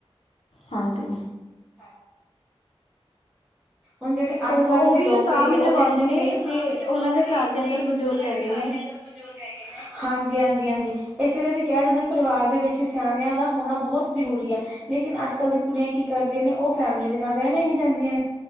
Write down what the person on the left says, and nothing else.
ਹਾਂਜੀ
ਉਹ,
ਉਹ
ਵੀ
ਤਾਂ
ਵੀ
ਨਿਭਾਉਂਦੇ
ਨੇ
ਜੇ
ਉਹਨਾਂ ਦੇ
ਘਰ ਦੇ ਅੰਦਰ
ਬਜ਼ੁਰਗ
ਹੈਗੇ
ਨੇ।